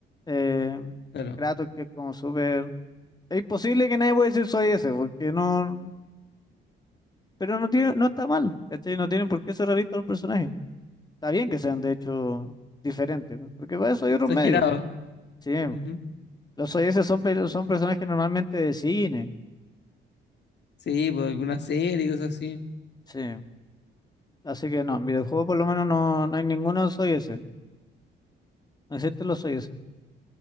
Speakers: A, on the left (about 20°); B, on the left (about 60°).
A: Eh,
B: Claro,
A: Kratos, que es como súper Es imposible que nadie pueda decir soy ese, porque no. Pero no tiene, no está mal, ¿cachai? No tienen por qué ser realistas los personajes. Está bien que sean, de hecho, diferentes, ¿no? porque para eso hay
B: exagerado.
A: otros medios. Sí,
B: Ujú.
A: los soy ese son, pe- son personajes normalmente de cine.
B: Sí, por alguna serie y cosas así.
A: Sí. Así que no, en videojuegos por lo menos no, no hay ninguno soy ese. ¿No existen los soy ese?